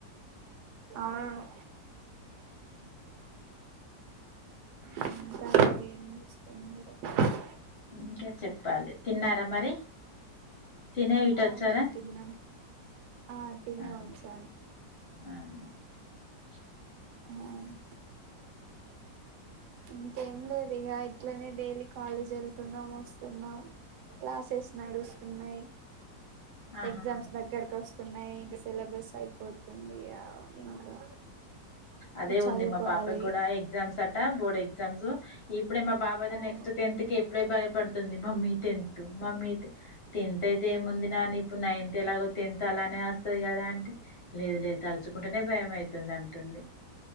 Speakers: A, on the right; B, on the left.
A: అవును అంటన్న ఇస్తున్నారు <unintelligible>
B: ఇంక చెప్పాలి తిన్నారా మరి తినే ఇటొచ్చారా
A: ఆ మేము తిన్నాం ఆ తినే
B: అ
A: వచ్చాను
B: అన్న <unintelligible>
A: ఆ <unintelligible> ఇంకేం లేదు ఇక ఇట్లనే డైలీ కాలేజ్ వెళ్తున్నాం వస్తున్నాం క్లాసెస్ నడుస్తున్నాయి
B: ఆహా
A: ఎగ్జామ్స్ దగ్గరకు వస్తా స్తున్నాయి ఇంకా సిలబస్ అయిపోతుంది ఇంకా
B: అదే
A: చదువుకోవాలి
B: ఉంది మా పాపకి కూడా ఎగ్జామ్స్ అట బోర్డ్ ఎగ్ ఎగ్జామ్స్ ఈ అప్పుే మా బాబా
A: అవును
B: నెస్ట్ టెన్త్కి <unintelligible> అప్పుడే భయపడుతుంది mummy tenth mummy tenth tenth అయితే ఏముంది నాని ఇప్పుడు నైన్త్ ఎలాగో టెన్త్ అలానే వస్తది కదా అంటే లేదు లేదు తలుచుకుంటేనే భయం అయితుంది అంటుంది